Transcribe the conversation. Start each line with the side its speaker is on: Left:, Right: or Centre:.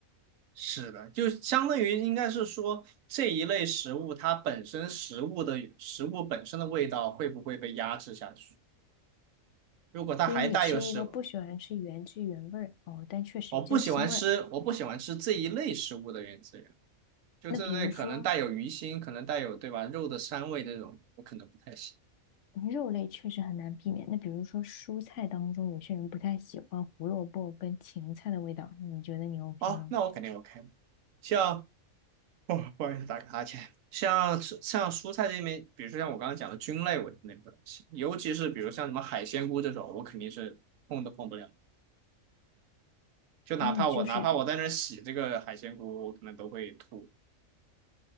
Right: 是的，就相当于应该是说这一类食物，它本身食物的食物本身的味道会不会被压制下去？如果它还带有食物，
Left: 所以你是一个不喜欢吃原汁原味儿哦，但确实这个腥味儿。
Right: 我不喜欢吃，我不喜欢吃这一类食物的原资源，就这类可能带有鱼腥，
Left: 那比如说
Right: 可能带有对吧肉的膻味这种，我可能不太行。
Left: 肉类确实很难避免。那比如说蔬菜当中，有些人不太喜欢胡萝卜跟芹菜的味道，你觉得你 OK
Right: 哦，
Left: 吗？
Right: 那我肯定 OK 了像哦，不好意思，打个哈欠。像像蔬菜这边，比如说像我刚刚讲的菌类，我肯定不太行，尤其是比如像什么海鲜菇这种，我肯定是碰都碰不了。就哪怕我哪怕我在那儿洗这个海鲜菇，
Left: 所以你就是
Right: 我可能都会吐